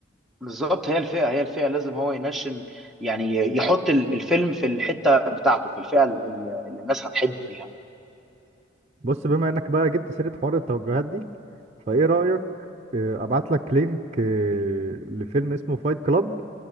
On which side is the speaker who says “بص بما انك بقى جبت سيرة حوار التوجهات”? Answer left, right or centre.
Right